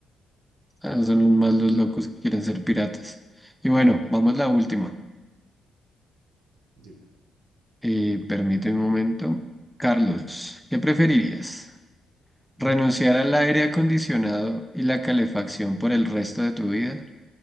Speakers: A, in the centre; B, on the right.
A: son más los locos que quieren ser piratas. Y bueno,
B: Ah,
A: vamos a la última.
B: dime.
A: Eh, permíteme un momento. Carlos, ¿qué preferirías? ¿Renunciar
B: Ujú.
A: al aire acondicionado y la calefacción por el resto de tu vida?